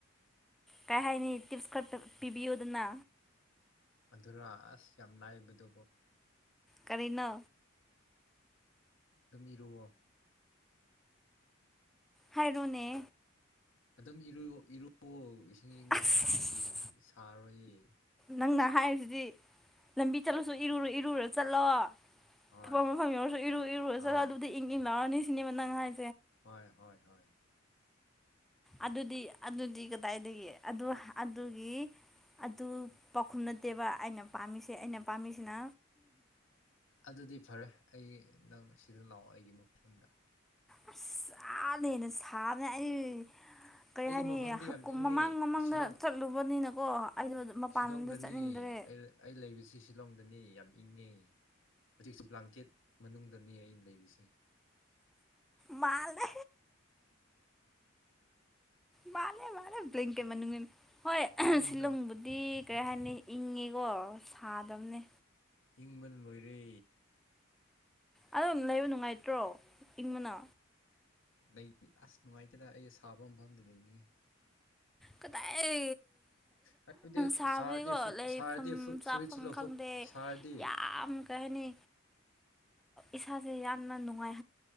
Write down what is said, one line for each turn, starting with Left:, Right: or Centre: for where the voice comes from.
Centre: ꯀꯔꯤ ꯍꯥꯏꯅꯤ ꯇꯤꯞꯁ ꯈꯔ ꯄꯤꯕꯤꯌꯨꯗꯅ
Left: ꯑꯗꯨꯅ ꯑꯁ ꯌꯥꯝ ꯅꯥꯏꯕꯗꯨꯕꯨ
Centre: ꯀꯔꯤꯅꯣ
Left: ꯗꯃꯤꯔꯣꯑꯣ
Centre: ꯍꯥꯏꯔꯣꯅꯦ
Left: ꯑꯗꯨꯝ ꯏꯔ ꯏꯔꯨꯑꯣ ꯏꯁꯤꯡ ꯏꯪꯕꯅ
Centre: ꯑꯁ
Left: ꯑꯗꯨꯗꯤ ꯁꯥꯔꯣꯏꯌꯦ
Centre: ꯅꯪꯅ ꯍꯥꯏꯔꯤꯁꯤꯗꯤ ꯂꯝꯕꯤ ꯆꯠꯂꯁꯨ ꯏꯔꯨꯔꯨ ꯏꯔꯨꯔ ꯆꯠꯂꯣ
Left: ꯍꯣꯏ
Centre: ꯊꯕꯛ ꯃꯐꯝ ꯌꯧꯔꯁꯨ ꯏꯔꯨ ꯏꯔꯨꯔ
Left: ꯍꯣꯏ
Centre: ꯖꯒꯥꯗꯨꯗꯤ ꯏꯪ ꯏꯪꯂꯛꯑꯅꯤ ꯁꯤꯅꯦꯕ ꯅꯪ ꯍꯥꯏ
Left: ꯍꯣꯏ ꯍꯣꯏ ꯍꯣꯏ
Centre: ꯑꯗꯨꯗꯤ ꯑꯗꯨꯗꯤ ꯀꯗꯥꯏꯗꯒꯤ ꯑꯗꯨꯒꯤ ꯑꯗꯨ ꯄꯥꯎꯈꯨꯝ ꯅꯠꯇꯦꯕ ꯑꯩꯅ ꯄꯥꯝꯃꯤꯁꯦ ꯑꯩꯅ ꯄꯥꯝꯃꯤꯁꯤꯅ
Left: ꯑꯗꯨꯗꯤ ꯐꯔꯦ ꯑꯩ ꯅꯪ ꯁꯤꯗ ꯂꯥꯛꯑꯣ ꯑꯩꯒꯤ ꯃꯣꯟꯗ
Centre: ꯑꯁ ꯁꯥꯅꯦꯅꯦ ꯁꯥꯅꯦ ꯑꯩ ꯀꯔꯤ
Left: ꯑꯩꯒꯤ
Centre: ꯍꯥꯏꯅꯤꯨꯞ
Left: ꯃꯐꯝꯗꯤ ꯌꯥꯝ ꯏꯪꯉꯦ
Centre: ꯃꯃꯥꯡ ꯃꯃꯥꯡꯗ
Left: ꯁꯤꯂꯣꯡ
Centre: ꯆꯠꯂꯨꯕꯅꯤꯅꯀꯣ ꯑꯩꯗꯣ ꯃꯄꯥꯟꯗ
Left: ꯁꯤꯂꯣꯡꯗꯅꯤ
Centre: ꯆꯠꯅꯤꯡꯗ꯭ꯔꯦ
Left: ꯑꯩ ꯂꯩꯕꯁꯤ ꯁꯤꯂꯣꯡꯗꯅꯤ ꯌꯥꯝ ꯏꯪꯉꯦ ꯍꯧꯖꯤꯛꯁꯨ ꯕ꯭ꯂꯥꯡꯀꯦꯠ ꯃꯅꯨꯡꯗꯅꯤ ꯑꯩ ꯂꯩꯔꯤꯁꯦ
Centre: ꯃꯥꯜꯅꯦ ꯃꯥꯜꯂꯦ ꯃꯥꯂꯦ ꯕ꯭ꯂꯦꯡꯀꯦꯠ ꯃꯅꯨꯡ ꯍꯣꯏ
Left: ꯏꯪꯕꯅ
Centre: ꯁꯤꯜꯂꯪꯕꯨꯗꯤ ꯀꯔꯤ ꯍꯥꯏꯅꯤ ꯏꯪꯉꯦꯀꯣ ꯁꯥꯗꯝꯕꯅꯦ
Left: ꯏꯪꯕꯅ ꯂꯣꯏꯔꯦ
Centre: ꯑꯗꯨꯝ ꯂꯩꯕ ꯅꯨꯡꯉꯥꯏꯇ꯭ꯔꯣ ꯏꯪꯕꯅ
Left: ꯂꯩ ꯑꯁ ꯅꯨꯡꯉꯥꯏꯇꯦꯗ ꯑꯩ ꯁꯥꯕ ꯃꯐꯝꯗꯗꯤ ꯅꯤꯡꯉꯤ
Centre: ꯀꯗꯥꯏ
Left: ꯍꯥꯏꯕꯗꯤ
Centre: ꯁꯥꯕꯒꯤꯀꯣ
Left: ꯁꯥꯔꯗꯤ
Centre: ꯂꯩꯐꯝ
Left: ꯁꯥꯔꯗꯤ
Centre: ꯆꯥꯐꯝ
Left: ꯐꯨꯔꯤꯠꯁꯨ ꯂꯧꯊꯣꯛ
Centre: ꯈꯪꯗ
Left: ꯁꯥꯔꯗꯤ
Centre: ꯌꯥꯝ ꯀꯩ ꯍꯥꯏꯅꯤ ꯏꯁꯥꯁꯦ ꯌꯥꯝꯅ ꯅꯨꯡꯉꯥꯏ